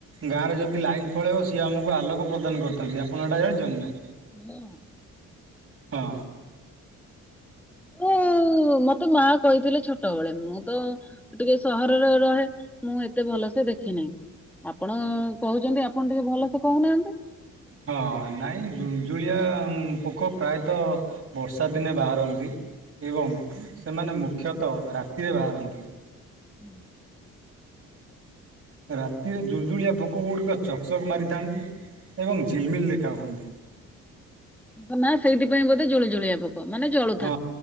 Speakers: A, on the right; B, in the centre.
A: ଗାଁରେ ଯଦି ଲାଇନ ପଳେଇବ ସିଏ ଆମକୁ ଆଲୋକ ପ୍ରଦାନ କରିଥାନ୍ତି ଆପଣ ଏଇଟା ଜାଣିଛନ୍ତି ନାଁ।
B: ହେଲୋ।
A: ହଁ।
B: ଉଁ ମତେ ମା କହିଥିଲେ ଛୋଟବେଳେ ମୁଁ ତ ମୁଁ ଟିକେ ସହରରେ ରହେ ମୁଁ ଏତେ ଭଲସେ ଦେଖି ନାହିଁ। ଆପଣ ଅଁ କହୁଛନ୍ତି ଆପଣ ଟିକେ ଭଲ ସେ କହୁନାହାନ୍ତି।
A: ହଁ ନାଇଁ ଜୁଳୁ ଜୁଳିଆ ଉଁ ପୋକ ପ୍ରାୟ ତ ବର୍ଷା ଦିନେ ବାହାରନ୍ତି ଏବଂ ସେମାନେ ମୁଖ୍ୟତଃ ରାତିରେ ବାହାରନ୍ତି
B: ହୁଁ
A: ରାତିରେ ଜୁଳୁ ଜୁଳିଆ ପୋକ ଗୁଡିକ ଚକଚକ୍ ମାରିଥାନ୍ତି ଏବଂ ଝିଲମିଲ୍ ଦେଖା ହୁଅନ୍ତି
B: ତା ନାଁ ସେଇଥିପାଇଁ ବୋଧେ ଜୁଳି ଜୁଳିଆ ପୋକ ମାନେ ଜଳୁ
A: ହଁ